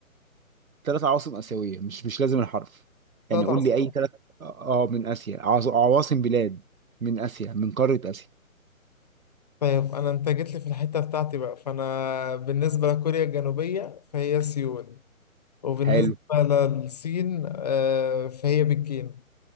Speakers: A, on the right (about 70°); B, on the left (about 30°).
A: ثلاث عواصم اسيويه مش مش لازم الحرف يعني
B: ثلاث
A: قول
B: عواصم
A: لي اي ثلاث اه آه، من اسيا عاص- عواصم بلاد من اسيا من قاره اسيا
B: طيب انا انت جيت لي في الحته بتاعتي بقى فانا بالنسبه لكوريا الجنوبيه فهي سيول وبالنسبه
A: حلو
B: للصين آه، فهي بكين